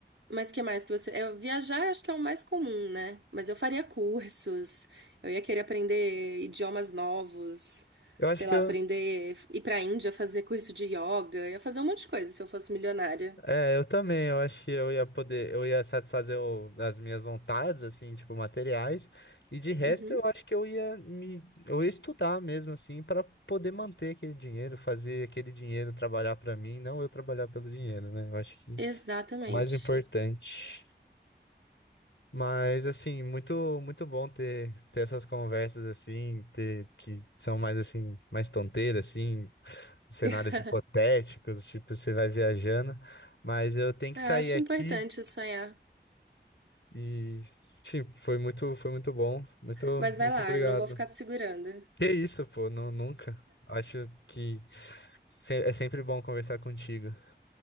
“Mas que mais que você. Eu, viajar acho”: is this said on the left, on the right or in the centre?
Right